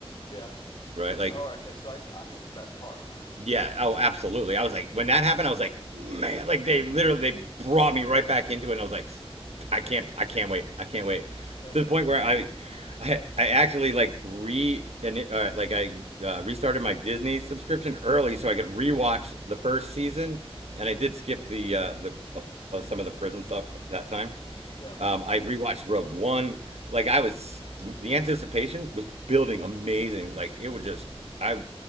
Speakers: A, on the left (about 55°); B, on the right (about 85°).
A: Yeah.
B: right?
A: Yes.
B: Like
A: Oh, okay. So I ju- I missed the best part, huh?
B: yeah, oh absolutely. I was like when that happened, I was like man, like they literally they brought me right back into it, and I was like I can't I can't wait I can't wait
A: Yeah.
B: to the point where I. I, I actually like re and uh, like I uh, restarted my Disney subscription early so I could rewatch the first season, and I did skip the uh, the uh, some of the prison stuff that time.
A: Yeah.
B: Um, I rewatched Rogue One. Like I was, the anticipation was building amazing. Like it would just, I